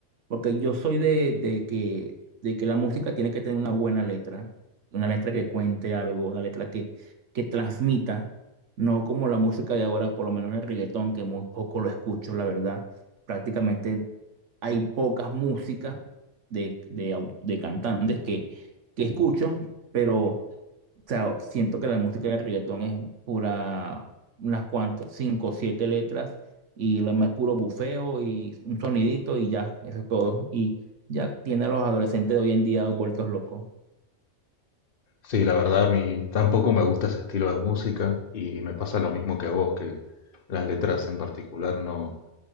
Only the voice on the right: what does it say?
Porque yo soy de, de que, de que la música tiene que tener una buena letra. Una letra que cuente algo, una letra que, que transmita. No como la música de ahora, por lo menos el reggaetón, que muy poco lo escucho, la verdad. Prácticamente hay pocas músicas de, de, au- de cantantes que, que escucho, pero. O sea, siento que la música de reggaetón es pura, unas cuantas, cinco o siete letras, y lo demás es puro bufeo y un sonidito y ya, eso es todo. Y ya tiene a los adolescentes de hoy en día vueltos locos.